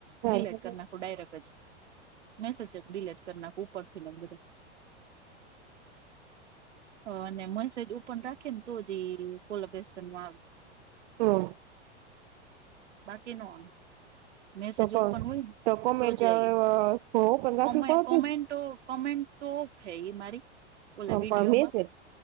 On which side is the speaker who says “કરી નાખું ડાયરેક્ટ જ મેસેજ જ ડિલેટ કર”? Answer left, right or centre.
Right